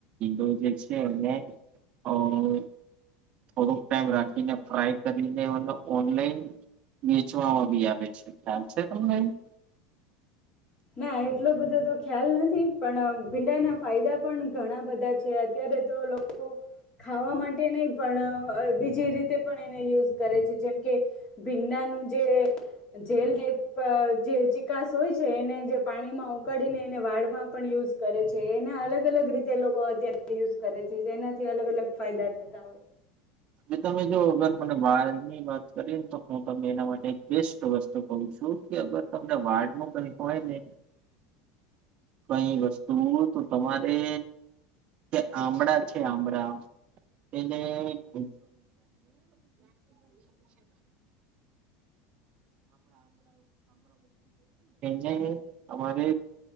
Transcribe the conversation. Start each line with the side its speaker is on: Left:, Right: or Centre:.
Right: <unintelligible> છે ને થોડુંક ટાઈમ રાખીને ફ્રાય કરીને મતલબ ઓનલાઈન વેચવામાં બી આવે છે ખ્યાલ છે તમને એ?
Left: ના એટલો બધો તો ખ્યાલ નથી પણ ભીંડાના ફાયદા પણ ઘણા બધા છે અત્યારે તો લોકો ખાવા માટે નહી પણ બીજી રીતે પણ એને યુઝ કરે છે જેમ કે ભીંડાનું જે જેલ ટાઈપ જે ચિકાસ હોય છે એને જે પાણીમાં ઉકળીને એને વાળમાં પણ યુઝ કરે છે એના અલગ અલગ રીતે લોકો અત્યારે યુઝ કરે છે એનાથી અલગ અલગ ફાયદા થતા હોય.
Right: હવે તમે જો અગર મને વાળ ની વાત કરી ને તો હું તને એના માટે બેસ્ટ વસ્તુ કહું છું કે અગર તમને વાળ ન કઈ હોય ને કઈ વસ્તુ તો તમારે જે આમળા છે આમળા એને <inaudible> <unintelligible> <inaudible> <unintelligible> સમજાય હે તમારે